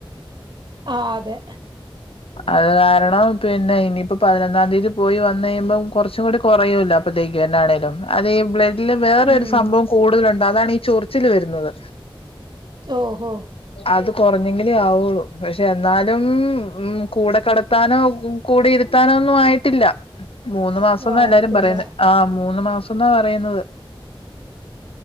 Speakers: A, on the right; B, on the left.
A: ആഹ് അതെ
B: അത് കാരണം പിന്നെ ഇനിയിപ്പോ പതിനൊന്നാം തീയതി പോയി വന്നു കഴിയുമ്പം കൊറച്ചും കൂടി കൊറയുവല്ലോ മ്പത്തേക്ക് തന്നെ ആണേലും ഇല്ലേ വേറെരു
A: ഉം
B: സംഭവം കൂടുതലുണ്ട് അതാണ് ഈ ചൊറിച്ചില് വരുന്നത്
A: ഓഹോ
B: അത് കെറഞ്ഞെങ്കിലേ ആവൂള്ളു പക്ഷെ എന്നാലും ഉം ഉം കൂടെ കെടത്താനോ കൂടെ ഇരുത്താനോ ഒന്നും ആയിട്ടില്ല മൂന്ന് മാസമാ
A: ഒന്നും ആയിട്ടില്ല
B: എല്ലാരും പറയുന്നെ ആഹ് മൂന്ന് മാസം എന്നാ പറയുന്നത്.